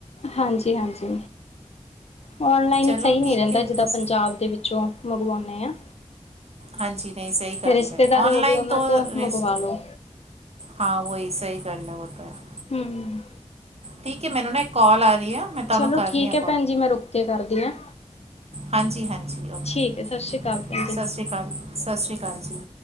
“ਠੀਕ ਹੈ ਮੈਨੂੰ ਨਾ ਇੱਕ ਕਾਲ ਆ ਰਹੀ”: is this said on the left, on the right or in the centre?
Right